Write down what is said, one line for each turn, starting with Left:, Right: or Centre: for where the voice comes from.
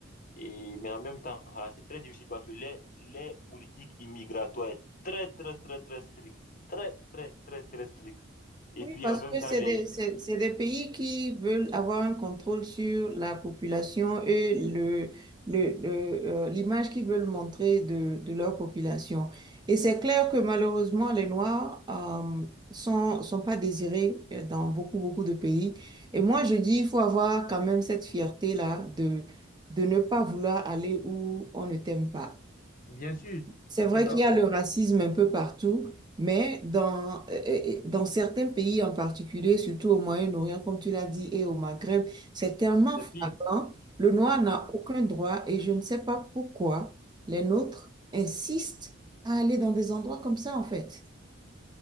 Left: Et, mais en même temps, voilà, c'est très difficile parce que les, les politiques immigratoires est très, très, très, très strict. Très, très, très, très strict. Et
Right: Oui,
Left: puis
Right: parce
Left: en même
Right: que
Left: temps,
Right: c'est
Left: les,
Right: des, c'est, c'est des pays qui veulent avoir un contrôle sur la population et le, le, le, euh, l'image qu'ils veulent montrer de, de leur population. Et c'est clair que malheureusement, les Noirs euh, sont, sont pas désirés euh, dans beaucoup, beaucoup de pays. Et moi, je dis, il faut avoir quand même cette fierté-là de, de ne pas vouloir aller où on ne t'aime pas.
Left: Bien sûr,
Right: C'est vrai
Left: je suis d'accord.
Right: qu'il y a le racisme un peu partout, mais dans, euh, euh, euh, dans certains pays en particulier, surtout au Moyen-Orient, comme tu l'as dit, et au Maghreb, c'est tellement
Left: C'est
Right: flagrant.
Left: pire.
Right: Le noir n'a
Left: Mhm.
Right: aucun droit et je ne sais pas pourquoi les nôtres insistent à aller dans des endroits comme ça, en fait.